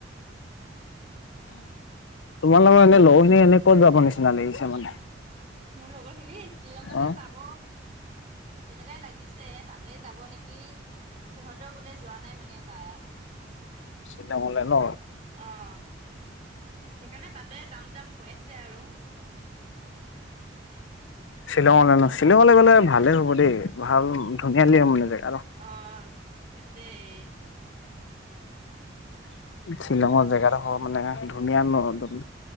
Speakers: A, on the left; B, on the right.
A: তোমাৰ এনে লখিনি এনে ক'ত যাব নিচিনা লাগিছে মানে
B: মোৰ লগ লগৰ খিনি শ্বিলঙতে
A: অ'?
B: যাব তেনেকেই লাগিছে তাতে যাব নেকি সিহঁতেও বোলে যোৱা নাই মানে তাত
A: শ্বিলঙলে ন?
B: অহ সেইকাৰণে তাতে যাম যাম কৈ আছে আৰু
A: শ্বিলঙলৈ ন শ্বিলঙলৈ গ'লে ভালে হ'ব দেই ভাল ধুনীয়া লিয় মানে জা
B: অ ত েই
A: <inaudible> <inaudible> মানে ধুনীয়া নো একদম